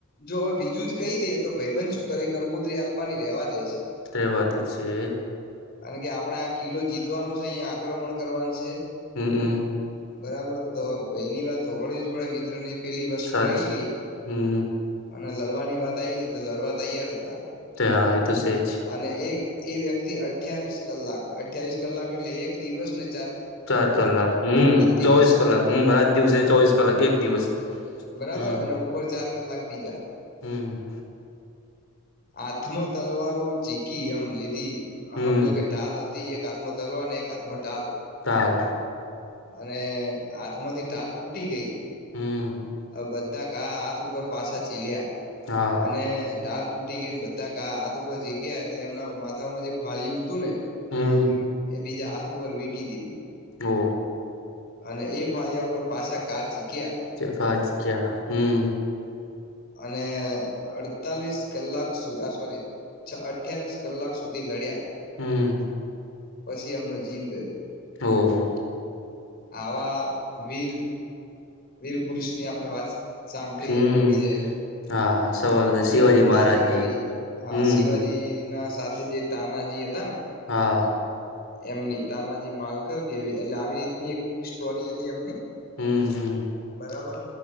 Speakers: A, on the left; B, on the left.
A: જો હવે બીજું જ કહી દે તો ભાઈબંધ શું કરે કંકુ આપવાની રવા દે છે.
B: કવા દે છે.
A: અને કે આપડણે આ કિલ્લો જીતવાનો છે અહિયાંયા આક્રમણ કરવાનું છે.
B: હમ્મ હમ્મ.
A: બરાબર તો એની વાત વળવી જ પડે મિત્ર ની પેલી વસ્તુ
B: સાચી
A: રહી ગઈ
B: હમ
A: અને લડવાની વાત આવી ગઈ તો લડવા તૈયાર હતા.
B: તે હા એ તો સજ
A: અને એક એ વ્યક્તિ અઠ્યાવીસ કલાક અઠ્યાવીસ કલાક એટલે એક દિવસને
B: ચાર કલાક હમ
A: દિવસ
B: ચોવીસ કલાક હમ રાત દિવસે ચોવીસ કલાક એક દિવસ
A: બરાબર
B: હમ
A: અને ઉપર ચાર કલાક બીજા
B: હમ
A: હાથમાં તલવાર જીકી આમ લીધી
B: હમ
A: સમમ જો કે ટાલ હતી એક હાથમાં તલવા અને એક હાથમાં ટાલ
B: તાલ
A: અને હાથમાંથી ાલ તૂટી ગઈ
B: હમ
A: બધા કા હાથ ઉપર પાસાા ચીલ્યા
B: હા
A: અને ટાલ તૂટ ટી ગઈ ને બધાા હાથ ઉપર જીગ્યા એટલે એમના માથામાં જે ફાળય્યું હતું ને
B: હમ
A: એ બીજા હાથ ઉપર વીંટી દીધું
B: ઓ
A: અને એ ફાળિયાગર પાછા કાચી ક્યા
B: સાચ હમ
A: અને અડતાલીસ કલાક સુધી આ સોરી અઠવીસ કલાક સુધી લડ્યા
B: હમ
A: પછી એમનો જીવ ગયો
B: ઓ
A: આવા વીર વીર પુરુષની આપણે વાત સાંભળીએમ
B: હમ
A: એકબીજાએ
B: હા સવાલ
A: મેં
B: શિવાજી
A: પણ
B: મહારાજની
A: તાજી કરી હ
B: હમ
A: શિવાજી ના સાથે જે તાનાજી હતા ને
B: હા
A: એમની તાનાજી માલકર કેવી એટલે આવી રીતની એક સ્ટોરી હતી એમની
B: હમ હમ
A: બરાબર